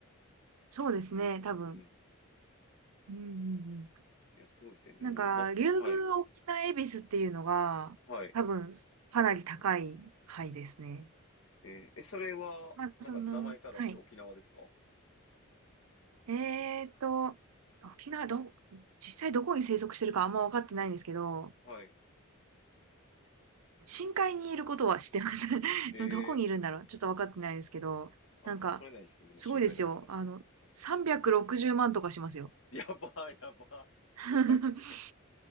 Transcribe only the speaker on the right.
そうですね、多分。
うんうんうん。
なんか、
竜宮沖縄恵比寿っていうのが、
多分、かなり高い牌ですね。
まあ、
その、はい。えーっと、沖縄ど、実際どこに生息してるかあんま分かってないんですけど、
深海にいることは知ってます。<laughs>
でもどこにいるんだろうちょっと分かってないですけど、
なんか、すごいですよ。
あの、360万とかしますよ。
<laughs>